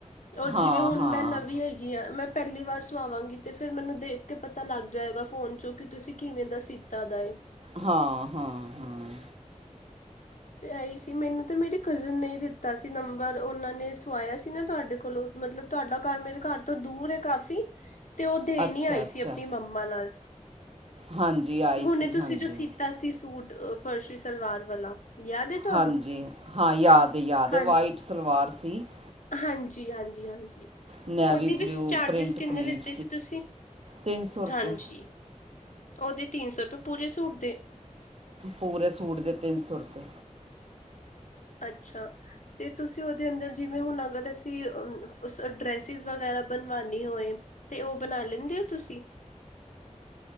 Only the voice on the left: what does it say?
ਉਹ
ਜਿਵੇਂ ਹੁਣ
ਮੈਂ ਨਵੀਂ ਹੈਗੀ ਆ ਮੈਂ ਪਹਿਲੀ ਵਾਰ ਸੁਵਾਵਾਂਗੀ ਤੇ ਫਿਰ ਮੈਨੂੰ ਦੇਖ ਕੇ ਪਤਾ ਲੱਗ ਜਾਏਗਾ ਫੋਨ ਚੋਂ ਕਿ ਤੁਸੀਂ ਕਿਵੇਂ ਦਾ ਸੀਤਾ ਦਾ ਹੈ।
ਆਈ ਸੀ ਮੈਨੂੰ ਤੇ ਮੇਰੀ ਕਜ਼ਨ ਨੇ ਦਿੱਤਾ ਸੀ ਨੰਬਰ ਉਹਨਾਂ ਨੇ ਸਵਾਇਆ ਸੀ ਨਾ ਤੁਹਾਡੇ ਕੋਲੋਂ ਮਤਲਬ ਤੁਹਾਡਾ ਘਰ ਮੇਰੇ ਘਰ ਤੋਂ ਦੂਰ ਹੈ ਕਾਫ਼ੀ, ਤੇ ਉਹ ਦੇਣ
ਹੀ ਆਈ
ਸੀ ਆਪਣੀ ਮੰਮਾ ਨਾਲ
ਹੁਣੇ
ਤੁਸੀਂ
ਜੋ ਸੀਤਾ ਸੀ ਸੂਟ ਅ ਫਰਸ਼ੀ ਸਲਵਾਰ ਵਾਲਾ, ਯਾਦ ਹੈ ਤੁਹਾਨੂੰ
ਹਾਂ
ਹਾਂਜੀ ਹਾਂਜੀ ਹਾਂਜੀ
ਓਦੇ ਵੀ
ਚਾਰਜਿਸ
ਕਿੰਨੇ
ਲਤੇ ਸੀ ਤੁਸੀਂ
ਹਾਂਜੀ ਓਦੇ ਤਿੰਨ ਸੋ ਰੁਪਏ ਪੂਰੇ ਸੂਟ ਤੇ
ਅੱਛਾ ਅੱਛਾ ਤੇ ਤੁਸੀਂ ਉਹਦੇ ਅੰਦਰ ਜਿਵੇਂ ਹੁਣ ਅਗਰ ਅਸੀਂ ਡ੍ਰੈਸਿਸ ਵਗੈਰਾ ਬਣਵਾਾਨੀ ਹੋਏ ਤੇ ਉਹ ਬਣਾ ਲੈਂਦੇ ਹੋ ਤੁਸੀ